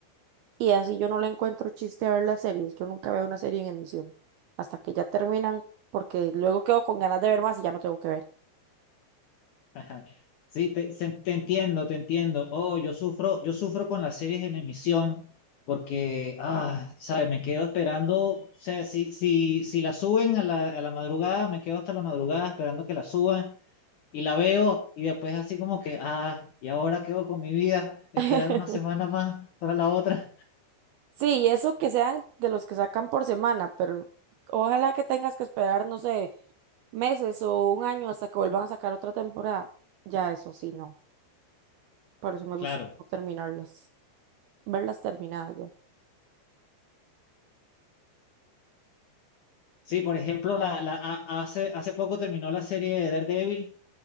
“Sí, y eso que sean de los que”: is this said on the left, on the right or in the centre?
Right